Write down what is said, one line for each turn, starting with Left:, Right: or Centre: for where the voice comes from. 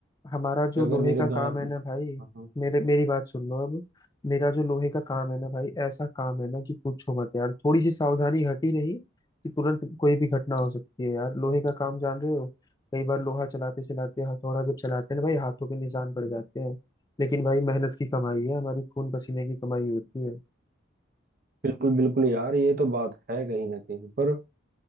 Left: हमारा जो
Right: कि अगर
Left: लोहे
Right: मेरे
Left: का
Right: गांव
Left: काम है ना भाई
Right: हाँ हाँ
Left: मेरे मेरी बात सुन लो अब मेरा जो लोहे का काम है ना भाई ऐसा काम है ना कि पूछो मत यार थोड़ी सी सावधानी हटी नहीं कि तुरंत कोई भी घटना हो सकती है यार लोहे का काम जान रहे हो कई बार लोहा चलाते चलाते हथौड़ा जब चलाते हैं ना भाई हाथों पे निशान पड़ जाते हैं लेकिन भाई मेहनत की कमाई है हमारी खून पसीने की कमाई होती है
Right: बिल्कुल बिल्कुल यार ये तो बात है कहीं ना कहीं पर